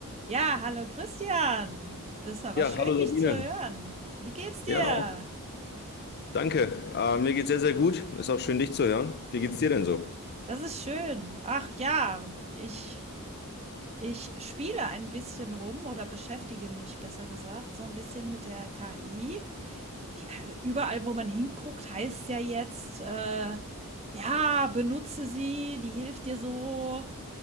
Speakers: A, on the right; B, on the left.
A: Ja, hallo Christian. Das ist aber
B: Ja,
A: schön,
B: hallo
A: dich
B: Sabine.
A: zu hören. Wie geht's dir?
B: Ja, auch. danke. Äh, mir geht's sehr, sehr gut. Ist auch schön, dich zu hören. Wie geht's dir denn so?
A: Das ist schön. Ach ja, ich, ich spiele ein bisschen rum oder beschäftige mich, besser gesagt, so ein bisschen mit der KI. Ja, überall, wo man hinguckt, heißt es ja jetzt, äh, ja, benutze sie, die hilft dir so.